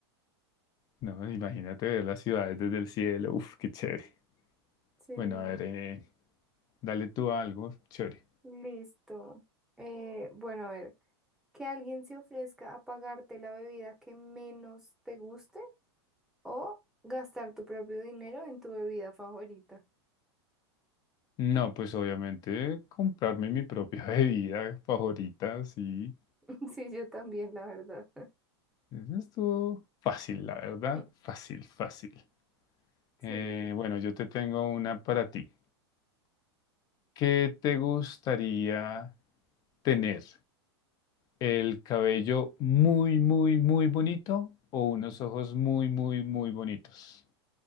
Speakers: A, on the left; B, in the centre.
A: No, imagínate ver las ciudades desde el cielo. Uf, qué chévere.
B: sí,
A: Bueno, a ver, eh, dale tú algo chévere.
B: listo. Eh, bueno, a ver, que alguien se ofrezca a pagarte la bebida que menos te guste o gastar tu propio dinero en tu bebida favorita.
A: No, pues obviamente comprarme mi propia <laughs> bebida favorita, sí.
B: <laughs> Sí, yo también, la verdad.
A: Eso estuvo fácil, la verdad.
B: <laughs>
A: Fácil, fácil.
B: Sí.
A: Eh, bueno, yo te tengo una para ti. ¿Qué te gustaría tener? el cabello muy, muy, muy bonito o unos ojos muy, muy, muy bonitos?